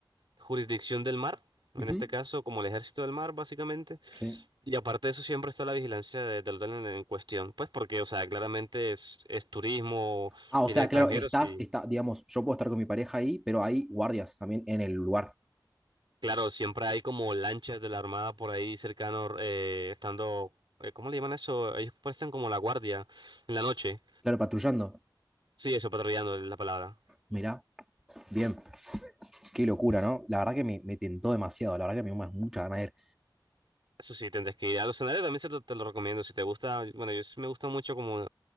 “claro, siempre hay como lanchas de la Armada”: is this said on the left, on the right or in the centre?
Right